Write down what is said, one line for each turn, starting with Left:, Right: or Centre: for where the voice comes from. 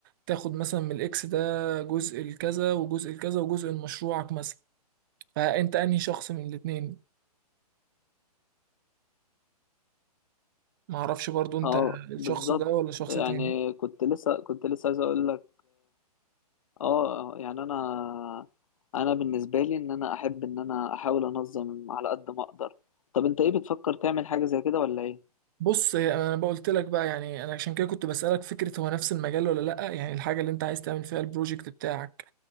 Right: تاخد مثلا من الاكس ده جزء الكذا وجزء الكذا وجزء لمشروعك مثلا فانت انهي شخص من الاتنين معرفش برضو انت
Left: اه
Right: الشخص
Left: بالظبط
Right: ده ولا شخص
Left: يعني
Right: تاني
Left: كنت لسه كنت لسه عايز اقول لك اه يعني انا انا بالنسبه لي ان انا احب ان انا احاول انظم على قد ما اقدر طب انت ايه بتفكر تعمل حاجه زي كده ولا ايه
Right: بص هي- انا بقولت لك بقى يعني انا عشان كده كنت بسألك فكرة هو نفس المجال ولا لا يعني الحاجة اللي انت عايز تعمل فيها البروجكت بتاعك